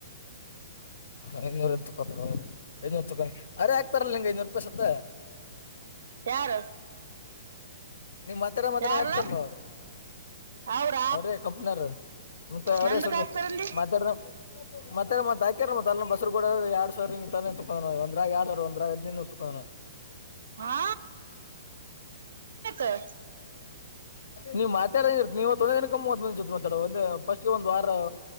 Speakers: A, on the left; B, on the right.
A: ಹೆಂಗರುತ್ತು ಕೋತಿ ಐದನೂರು ತಕೊಂಡ ಅರೆೇ ಆಗ್ತಾರಲ್ಲ ನಿಂಗೆ ಐದನೂರು ರೂಪಾಯಿ ಸತ್ತ
B: ಯಾರು
A: ನೀಮ್ ಮಾತ್ತಡ ಮಾತ್ರ
B: ಯಾರಲ್ಲ
A: ಹಕ್ತಾರಲ್ಲ ಅವ್ರ
B: ಅವ್ರ
A: ಅವ್ರೇ ಕಂಪನರ್ ಮತ್ತ ಅವ್ರೇ
B: ನಂದಕ್
A: ಸ
B: ಹಾಕ್ತಾರಂದಿ
A: ಮಾತಾಡ ಮತ್ತೆ ಮತ್ತತ್ ಹಾಕ್ಯಾರ ಮತ್ತ ಅ ಬಸರು ಕೂಡ ಎಡ್ ಸರ್ ನಿಂಗ ತೊಂಡೋ ಒಂದ್ರ ಯಾರ ಒಂದ್ರ ಹದಿನೂ ತಕೋ
B: ಹಾ
A: <unintelligible>
B: ಸ <unintelligible>
A: ನೀವ್ ಮಾತಾಡ ನೀವೊಂದೇ ದಿನಕ ಮೂವತ್ ಜೊತೆ ಮಾತಾಡುವಂದ ಫಸ್ಟ್ ಒಂದ ವಾರ